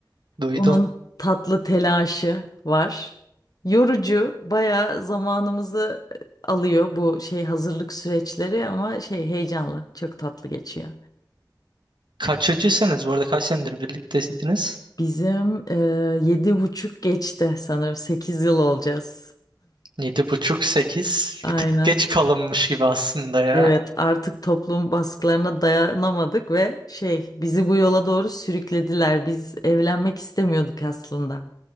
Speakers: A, on the right (about 80°); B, on the left (about 55°).
A: duydum.
B: Onun tatlı telaşı var. Yorucu, bayağı zamanımızı alıyor bu şey hazırlık süreçleri ama şey heyecanlı, çok tatlı geçiyor.
A: Kaçıcısınız bu arada kaç senedir birlikteydiniz?
B: Bizim e, yedi buçuk geçti sanırım. Sekiz yıl olacağız.
A: Yedi buçuk sekiz.
B: Aynen.
A: Bir tık geç kalınmış gibi aslında ya.
B: Evet, artık toplum baskılarına dayanamadık ve şey bizi bu yola doğru sürüklediler. Biz evlenmek istemiyorduk aslında.